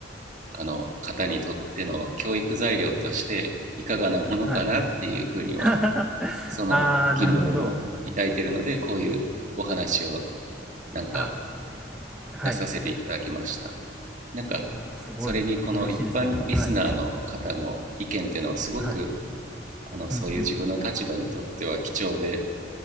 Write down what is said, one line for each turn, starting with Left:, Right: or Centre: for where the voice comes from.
Right: あの方にとっての教育材料としていかがなものかなっていうふうには
Centre: はい <laughs>。
Right: その疑問を抱いているのでこういうお話を
Centre: あー、なるほど。
Right: なんか
Centre: あ、はい。
Right: 出させていただきましたなんか
Centre: すごい、
Right: それにこの一般リスナーの方の意見っていうのはすごく
Centre: 嬉しいです、なんか。はい。はい。
Right: あのそういう自分の立場にとっては貴重で、
Centre: うんうんうんうん。